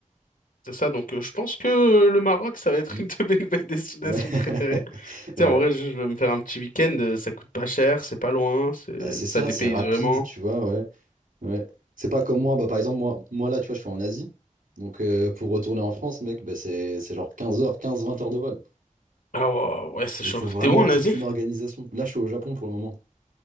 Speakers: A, on the left; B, on the right.
A: c'est ça. Donc, euh, je pense que euh, le Maroc, ça va être
B: Mm.
A: une de mes <laughs> nouvelles destinations
B: Ouais. <laughs>
A: préférées. sais,
B: Ouais.
A: en vrai, je je vais me faire un petit week-end, euh, ça coûte pas cher, c'est pas loin, c'est,
B: Bah c'est
A: ça
B: ça,
A: dépayse
B: c'est rapide,
A: vraiment.
B: tu vois, ouais. Ouais. C'est pas comme moi, bah par exemple, moi, moi là, tu vois, je suis en Asie. Donc euh, pour retourner en France, mec, bah, c'est c'est genre 15 heures, quinze vingt heures de vol.
A: Ah wow, ouais, c'est
B: Donc
A: chaud.
B: faut vraiment
A: T'es où en
B: toute
A: Asie?
B: une organisation. Là, je suis au Japon pour le moment.